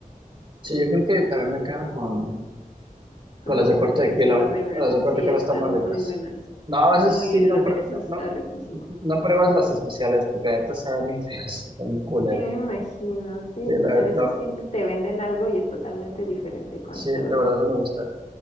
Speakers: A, on the right; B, on the left.
A: Sí, yo creo que también me quedo con,
B: con
A: con
B: las
A: las
B: de
A: de
B: cuarto
A: corte
B: de
A: de kilo.
B: kilo primero,
A: Las de corte
B: sí,
A: de kilo
B: están
A: están más ricas.
B: muy buenas,
A: No, a veces
B: no, y
A: sí,
B: el
A: no,
B: aderezo
A: prue- no,
B: está
A: no,
B: riquísimo.
A: no pruebas las especiales, porque la neta saben bien feas, saben bien culeras.
B: Sí, me imagino, sí,
A: Sí, la,
B: pues a veces
A: la-
B: siempre te venden algo y es totalmente diferente cuando
A: sí,
B: te lo
A: la
B: dan.
A: verdad no me gusta